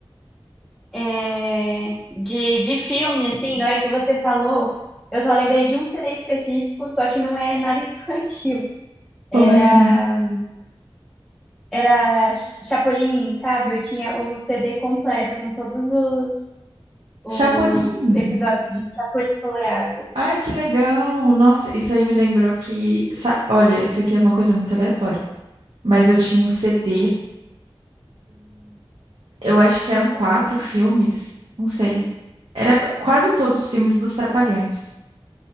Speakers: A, in the centre; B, on the right (about 80°).
A: É, De, de filme, assim, na hora que você falou, eu só lembrei de um CD específico, só que não é nada infantil.
B: Como
A: Era
B: assim?
A: era Chapolin, sabe? Eu tinha o CD completo com todos os, os
B: Chapolin.
A: episódios de Chapolin Colorado.
B: Ai, que legal. Nossa, isso aí me lembrou que, sa- olha, isso aqui é uma coisa muito aleatória, mas eu tinha um CD eu acho que eram quatro filmes, não sei. Era quase todos os filmes dos Trapalhões.